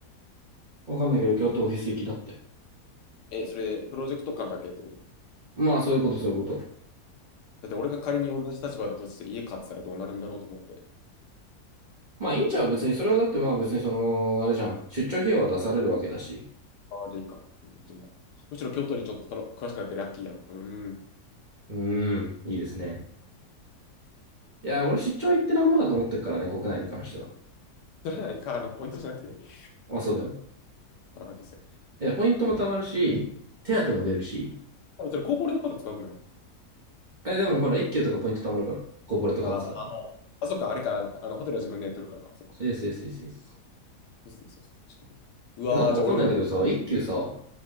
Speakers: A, on the right; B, on the left.
A: わかんないけど、京都オフィス行きだって。
B: え、それで、プロジェクト感だけと思ってこ
A: まあそういうことそういうこと。
B: とだって俺が仮に同じ立場だとして家買ってたらどうなるんだろうと思って。
A: まあいいんちゃう別に、それはだってまあ別にその、あれじゃん。出張費用は出されるわけだし。
B: ああ、じゃあいいか。うんじゃあいいや。むしろ京都にちょっとたの詳しくなってラッキーやん。うーん。
A: うーん、いいですね。いや、俺出張行ってなんぼだと思ってるからね、国内に関しては。
B: それはか、あの、ポイントじゃなくて。
A: まあ、そうだよ。
B: ああですよね。
A: いや、ポイントも貯まるし、手当も出るし。
B: あそれ、コーポレートカード使うくない
A: え、でもほら、一級とかポイント貯まるから、コーポレートカード使ってる。
B: あああ、そっか、あれか、あの、ホテルは自分で取るからか。そっか。
A: そうです、そうです、そうです。
B: そうそうそう確かに。うわー、
A: え、なんかわかんないんだけどさ、
B: じゃあ俺も、
A: 一級さ、